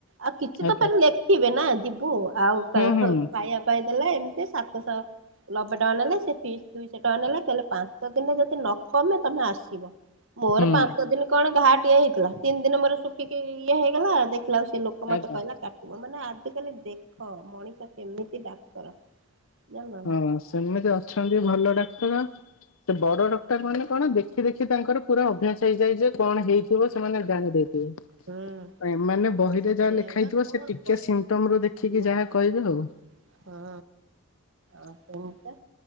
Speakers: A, on the right; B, on the left.
A: ଆଉ କିଛିତ
B: ଆଜ୍ଞା
A: ପରେ ଲେଖିବେ ନା, ଯିବୁ ଆଉ ଖାଇବାପାଇଁ
B: ହୁଁ ହୁଁ
A: ଦେଲା ଏମିତି ସାତଶହ ନବେଟଙ୍କା ନେଲେ, ସେ ଫିସ୍ ଦୁଇଶହଟଙ୍କା ନେଲେ, କହିଲେ ପାଞ୍ଚଦିନ ଯଦି ନ ତମେତମେ ଆସିବ, ମୋର
B: ହୁଁ
A: ପାଞ୍ଚଦିନ କଣା ହେଇଥିଲା ତିନିଦିନ ମୋର ଶୁଖିକି ଇଏ ହେଇଗଲା ଦେଖିଲା ସେ ଲୋକ ମତେ
B: ଆଜ୍ଞା
A: କହିଲା କାଟିବ ମାନେ ଆକାଲି ଦେଖ, ମଣିଷ କେମିତି ଡାକ୍ତର ଜାଣିଲ।
B: ହଁ, ସେମିତି ଅଛନ୍ତି ଭଲ ଡାକ୍ତର। ସେ ବଡ ଡକ୍ଟର ମାନେ କଣ ଦେଖିଦେଖି ତାଙ୍କର ପୁରା ଅଭ୍ୟାସ ହେଇଯାଇ ଯେ କଣହେଇଥିବ ସେମାନେ ଜାଣିଦେଇ
A: ହୁଁ
B: <inaudible> ମାନେ ବହିରେ ଯାହା
A: ସେଇଆ
B: ଲେଖାହେଇଥିବ
A: ବା କଣ
B: ସେ ଟିକେ
A: କହିବୁ
B: ସିମ୍ଟମରୁ ଦେଖିକି
A: କୁହ।
B: ଯାହା କହିବେ ଆଉ।
A: <inaudible>
B: <inaudible>
A: ଆସନ୍ତା